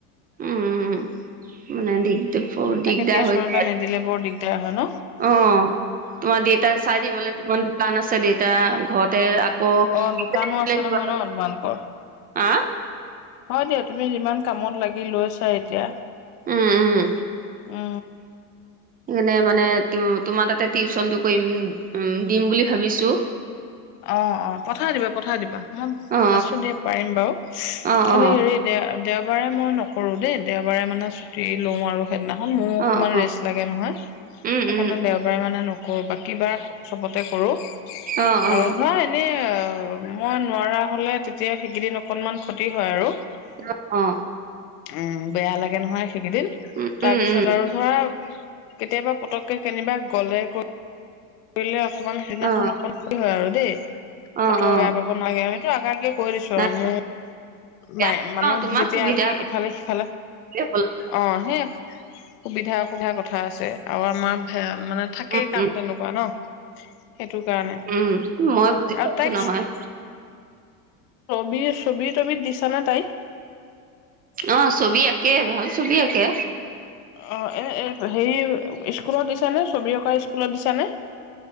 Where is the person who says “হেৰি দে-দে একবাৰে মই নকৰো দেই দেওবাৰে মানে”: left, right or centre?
Left